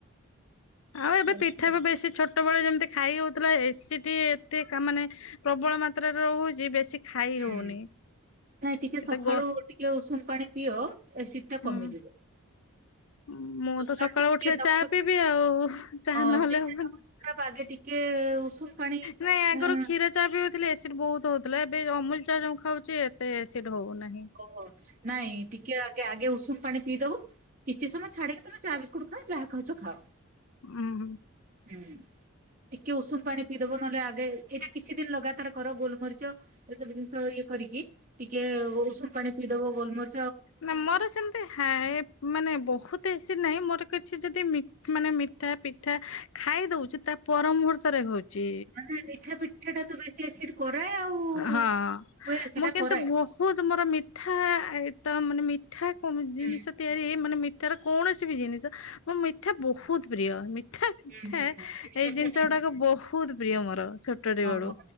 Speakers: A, on the left; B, on the right.
A: ଆଉ ଏବେ
B: ଏମିତି
A: ପିଠା
B: ଆଉ
A: ବି ବେଶୀ ଛୋଟ ଛୋଟବେଳେ ଯେମିତି ଖାଇହଉଥିଲା ଏସିଡ ଏତେ ମାନେ ପ୍ରବଳ ମାତ୍ରାରେ ରହୁଛି ବେଶୀ ଖାଇ
B: ହୁଁ
A: ହଉନି।
B: ନାଇଁ ଟିକେ
A: ଏତେ
B: ସକାଳୁ
A: ଗ
B: ଟିକେ ଉଷୁମ ପାଣି ପିଅ ଏସିଡ ଟା
A: ହୁଁ
B: କମିଯିବ।
A: ମୁଁ
B: ସଖାଳୁ
A: ତ ସକାଳୁ
B: ଟିକେ
A: ଉଠିଲେ
B: ନଖ
A: ଚା
B: ଉଷୁମ
A: ପିଇବି ଆଉ ଚାହା
B: ହଁ
A: ନହେଲେ
B: ସେଇଟାତ
A: ହବନି।
B: ହଉଛି ସଖାଳୁ ଆଗେ ଟିକେ ଉଷୁମ ପାଣି
A: ନାଇଁ ୟାଙ୍କର
B: ଏଁ
A: କ୍ଷୀର ଚା ପିଉଥିଲେ ଏସିଡ ବହୁତ ହଉଥିଲା ଏବେ ଅମୁଲ ଚା ଯୋଉ ଖାଉଚେ ଏତେ ଏସିଡ ହଉନାହିଁ।
B: ଓହୋ ନାଇଁ ଟିକେ ଆଗେ ଉଷୁମ ପାଣି ପିଇଦବ କିଛି ସମୟ ଛାଡିକି ତମେ ଚା ବିସ୍କୁଟ ଖାଅ ଯାହ ଖାଉଛ ଖାଅ।
A: ହୁଁ।
B: ହୁଁ। ଟିକେ ଉଷୁମ ପାଣି ପିଇଦବ ନହେଲେ ଆଗେ ଏଇଟା କିଛି ଦିନ ଲଗାତାର କର ଗୋଲମରିଚ ଏସବୁ ଜିନିଷ ଇଏ କରିକି ଟିକେ ଉଷୁମ ପାଣି ପିଇଦବ ଗୋଲମରି
A: ନା ମୋର ସେମିତି ହାଏ ମାନେ ବହୁତ ଏସିଡ ନାହିଁ ମୋର କିଛି ଯଦି ମିଠା ମାନେ ମି ମିଠା ପିଠା ଖାଇ ଦଉଛି ତା ପର ମୁହୂର୍ତ୍ତରେ ହଉଛି।
B: ମାନେ ମିଠା ପିଠା ଟା ତ ବେଶୀ ଏସିଡ କରାଏ ଆଉ
A: ହଁ
B: ହୁଏ ସେଟା
A: ମୋର କିନ୍ତୁ
B: କରାଏ।
A: ବହୁ ବହୁତ ମୋର ମିଠା ଆଇଟମ ମାନେ ମିଠା କ ଜିନିଷ
B: ହୁଁ
A: ତିଆରି ହେଇ ମାନେ ମିଠାର କୌଣସି ବି ଜିନିଷ ମଁ ମିଠା ବହୁତ ପ୍ରିୟ ମିଠା ମିଠା
B: ହୁଁ ହୁଁ ହୁଁ।
A: ଏଇ ଜିନିଷ ଗୁଡାକ ବହୁତ ପ୍ରିୟ ମୋର ଛୋଟ ଛୋଟଟିବେଳୁ
B: ଓହୋ